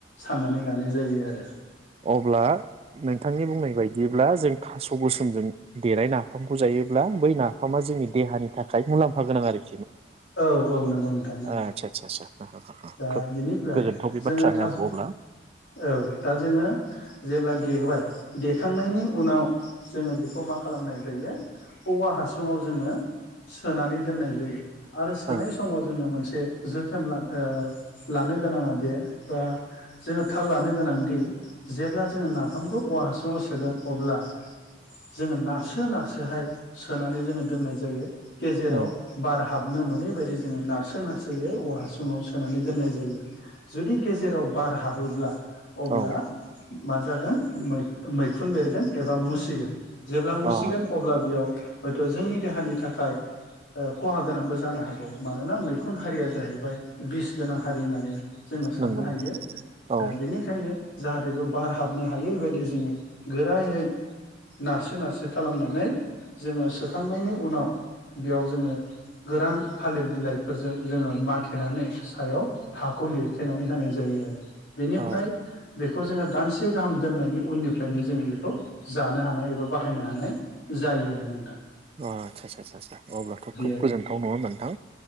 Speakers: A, on the left; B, on the right.
A: साननानै लानाय जायो आरो
B: अब्ला नोंथांनि बुंनाय बायदिब्ला जों थास' गोसोमजों देरनाय नाफामखौ जायोब्ला बै ना फामा जोंनि देहानि थाखाय मुलाम फागोनां आरो
A: औ औ नंगौ नोंथां ओं
B: आदसा आदसा आदसा
A: दा
B: खोब
A: बेनिफ्राय
B: गोजोनथाव बे
A: जोङो
B: बाथ्राया
A: थास
B: अब्ला
A: औ दा जोङो जेब्ला देबाय देखांनायनि उनाव जोङो बेखौ मा खालामनाय जायो औवा हासुङाव जोङो सोनानै दोननाय जायो आरो सोनाय
B: ओं
A: समाव जोङो मोनसे जोथोन लानो ओ लानो गोनाङा बे बा जोङो थाल लानो गोनांदि जेब्ला जोङो नाफामखौ औवा हासुङाव सोगोन अब्ला जोङो नारसो नारसोहाय सोनानै जोङो दोननाय जायो गेजेराव
B: उम
A: बार हाब हाबनो मोनैबायायदि जोङो नारसो नारसोयै औ हासुङाव सोनानै दोननाय जायो जुदि गेजेराव बार हाबोब्ला अब्ला
B: औ
A: मा जागोन मैखुन बेरगोन एबा मुसिगोन जेब्ला मुसिगोन
B: अ
A: अब्ला बेयाव हयथ' जोंनि देहानि थाखाय खहा गोनांबो। जानो हागौ मानोना मैखुन हारिया जाहैबाय बिस गोनां हारि होननानै जोङो साननो
B: नंगौ
A: हायो
B: नंगौ औ
A: दा बेनिखायनो जाहाथे खौ बार हाबनो हायै बायदि दि जोङो गोरायै। नारसो नारसो खालामनानै जोङो सोखांनायनि उनाव बेयाव जोङो गोरान थालिर बिलाइफोरजों जोङो माथेनानै सायाव हाखौ लिरथेनानै होनाय जायो आरो। बेनिफ्राय
B: अ
A: बेखौ जोङो दानसे गाहाम दोननायनि उननिफ्रायनो जोङो बेखौ जानो हानाय एबा बाहायनो हानाय जायो आरो नोंथा।
B: अ आचसा आचसा आचसा अब्लाथ' खोब
A: आरो
B: गोजोनथाव नङा मोनथां